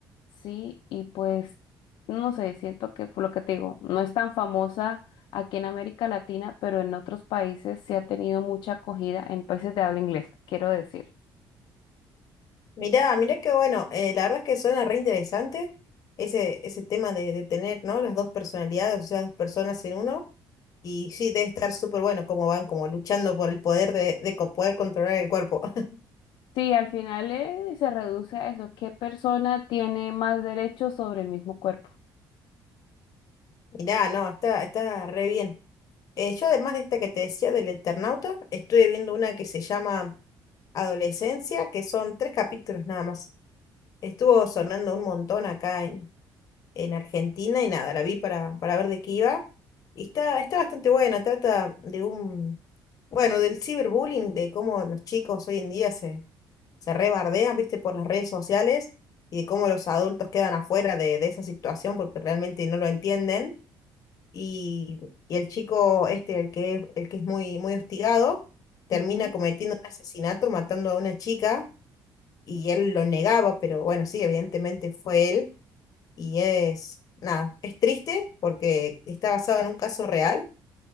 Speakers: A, on the left (about 65°); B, on the left (about 45°).
A: sí, y pues, no sé, siento que por lo que te digo, no es tan famosa aquí en América Latina, pero en otros países sí ha tenido mucha acogida, en países de habla inglesa, quiero decir.
B: Mirá, mirá que bueno, eh, la verdad es que suena re interesante ese, ese tema de, de tener, ¿no? Las dos personalidades, o sea, dos personas en uno. Y sí, debe estar súper bueno cómo van como luchando por el poder de, de co- poder controlar el cuerpo. <laughs>
A: Sí, al final eh, se reduce a eso, ¿qué persona tiene más derechos sobre el mismo cuerpo?
B: Mirá, no, está, está re bien. Eh, yo además de esta que te decía del Eternauta, estuve viendo una que se llama Adolescencia, que son tres capítulos nada más. Estuvo sonando un montón acá en, en Argentina y nada, la vi para, para ver de qué iba. Y está, está bastante buena, trata de un, bueno, del ciberbullying, de cómo los chicos hoy en día se, se rebardean, viste, por las redes sociales y de cómo los adultos quedan afuera de, de esa situación porque realmente no lo entienden y, y el chico este, el que es, el que es muy, muy hostigado, termina
A: Ujú.
B: cometiendo un asesinato, matando a una chica, y él lo negaba, pero bueno, sí, evidentemente fue él, y es, nada, es triste porque está basado en un caso real,